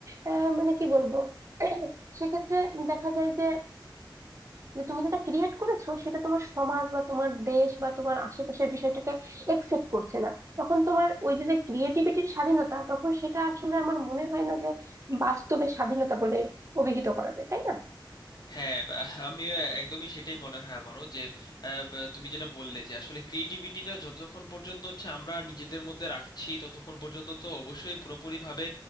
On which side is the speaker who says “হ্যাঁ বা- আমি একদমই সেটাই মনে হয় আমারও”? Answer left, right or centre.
Left